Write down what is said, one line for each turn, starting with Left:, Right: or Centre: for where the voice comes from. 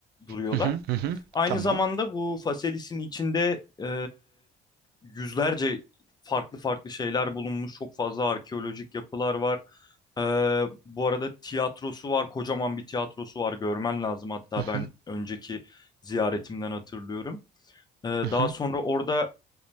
Left: duruyorlar.
Right: Hı hı. Hı hı.
Left: Aynı
Right: Tamam.
Left: zamanda bu Faselis'in içinde e, yüzlerce farklı farklı şeyler bulunmuş. Çok fazla arkeolojik yapılar var. E, bu arada tiyatrosu var. Kocaman bir tiyatrosu var. Görmen lazım hatta
Right: Hı
Left: ben
Right: hı.
Left: önceki ziyaretimden hatırlıyorum. E, daha
Right: Hı hı.
Left: sonra orada